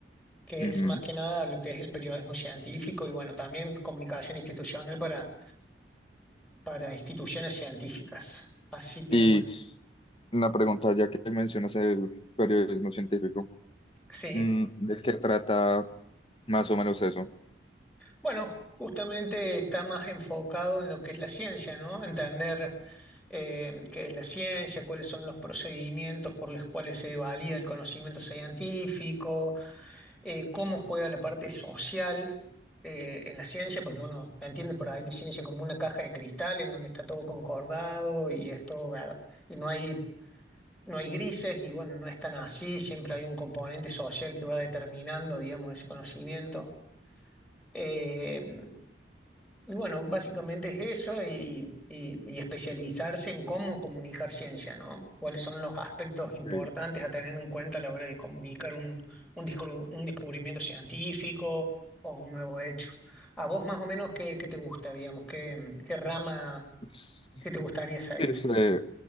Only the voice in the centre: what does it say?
que
es más que nada lo que es el periodismo científico y bueno, también comunicación institucional para, para instituciones científicas. Así que
bueno,
sí.
Bueno, justamente está más enfocado en lo que es la ciencia, ¿no? Entender eh, qué es la ciencia, cuáles son los procedimientos por los cuales se valida el conocimiento científico eh, cómo juega la parte social eh, en la ciencia, porque uno entiende por ahí la ciencia como una caja de cristal en donde está todo concordado y es todo ver- y no hay, no hay grises, y bueno, no es tan así, siempre hay un componente social que va determinando, digamos, ese conocimiento. Eh, y bueno, básicamente es eso y, y- y especializarse en cómo comunicar ciencia, ¿no? ¿Cuáles son los aspectos
importantes a tener en cuenta a la hora de comunicar un, un, discur- un descubrimiento científico o un nuevo hecho? ¿A vos más o menos qué, qué te gusta, digamos? ¿Qué, qué rama,
qué te gustaría seguir?